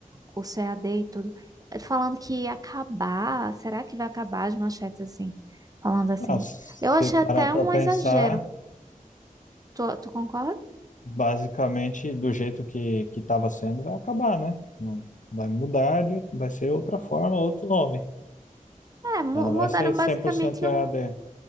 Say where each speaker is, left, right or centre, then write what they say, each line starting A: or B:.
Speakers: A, on the right (about 25°); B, on the left (about 60°).
A: curso EAD e tudo, eh, falando que ia acabar, será que vai acabar as manchetes assim? Falando assim.
B: Não, se
A: Eu achei
B: parar
A: até
B: para
A: um
B: pensar.
A: exagero. Tu, tu concorda?
B: basicamente do jeito que que estava sendo vai acabar, né? Não vai mudar, de- vai ser outra forma, outro nome,
A: É, mu-
B: mas não vai
A: mudaram
B: ser cem
A: basicamente
B: por cento E
A: um.
B: a d